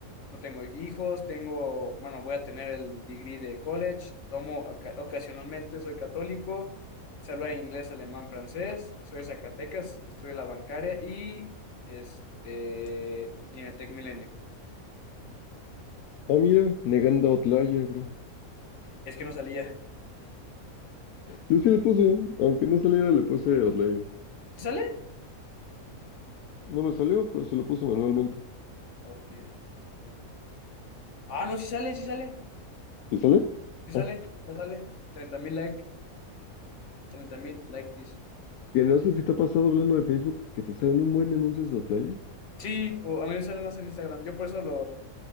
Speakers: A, on the left; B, on the left.
A: no tengo hijos, tengo, bueno, voy a tener el degree de college, tomo oca- ocasionalmente, soy católico, se habla inglés, alemán, francés, soy de Zacatecas, estoy en la bancaria y este, y en el Tech Milenio.
B: Ah, mira, negando Outlier, bro.
A: Es que no salía.
B: Yo sí le puse, aunque no saliera, le puse Outlier.
A: ¿Sí sale?
B: No me salió, pero se lo puse manualmente.
A: Outlier. Ah, no, sí sale, sí sale.
B: ¿Y sale?
A: Si sale,
B: Ah.
A: ya sale. treinta mil like, treinta mil like this.
B: Que no sé si te ha pasado hablando de Facebook que te salen un buen anuncios de Outlier.
A: Sí, o a mí me sale más en Instagram. Yo por eso lo,